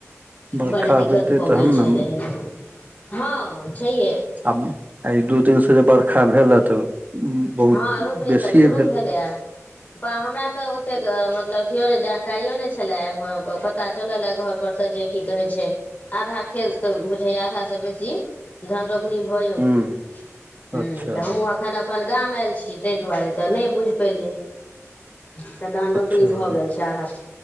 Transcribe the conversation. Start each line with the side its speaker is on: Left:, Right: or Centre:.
Right: बरखा
Left: बड्ड दिक्कत
Right: होइतै
Left: भऽ
Right: तहन
Left: गेल
Right: ने
Left: छलै ह हँ छैहे
Right: आब ई दू दिनसँ जे बरखा भेलै तऽ बहुत
Left: हँ रोपनी
Right: बेसिए
Left: सब शुरू भेलैए ब हमरा तऽ ओतेक मतलब अथिओ नहि जानकारियो नहि छलए पता चलल ए घर पर से जे की कहै छै आधा खेत तऽ बुझैया आधा से बेसी धन रोपनी भयो
Right: हूँ
Left: गेल ह
Right: अच्छा
Left: तऽ हमूँ अखन अपन गाम आयल छी ताहि दुआरे तऽ नहि बुझि पेलियै तऽ धान रोपनी
Right: अच्छा
Left: भऽ गेल छै आधा